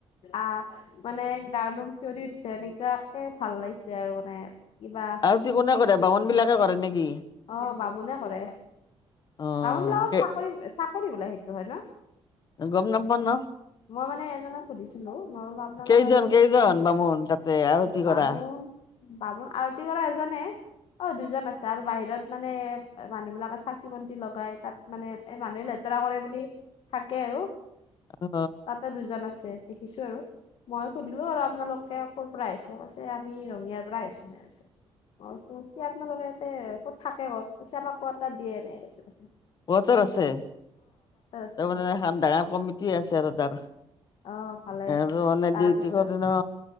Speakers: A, on the left; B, on the left.
A: আহ মানে গাৰ নুম শিয়ৰি উথিছে এনেকুৱাকে ভাল লাগিছে আৰু মানে কিবা
B: হেটি কোনে কৰে বামুণ বিলাকে কৰে নেকি
A: অ বামুণে কৰে
B: অ
A: বামুণ বিলাক
B: কে
A: চাকৰি চাকৰি বোলে সেইটো হয় ন
B: গম নাপাওঁ ন
A: মই মানে এজনক সুধিছিলো মই বোলো আপোনালোকে
B: কেইজন কেইজন বামুণ তাতে আৰতি
A: বামুণ
B: কৰা
A: বামুণ আৰতি কৰা এজনে অ দুজন আছে আৰু বাহিৰত মানে মানুহবিলাকে চাকি-বন্তি লগাই তাত মানে এ মানুহে লেতেৰা কৰে বুলি থাকে আৰু
B: অ
A: তাতে দুজন আছে দেখিছো আৰু মই সুধিলো আৰু আপোনালোকে ক'ৰপৰা আহিছে কৈছে আমি ৰঙিয়াৰ পৰা আহিছো এনেকে মই কৈছো আপোনালোকে ইয়াতে ক'ত থাকে ক'ত আমাক কোৱাটাৰ দিয়া নাই
B: কাৱাটাৰ আছে
A: আছে
B: তাৰমানে এখন ডাঙৰ কমিটি আছে আৰু তাৰ
A: অ ভালে
B: এহেত মানে
A: তাৰপিছত
B: ডিউটি কৰে ন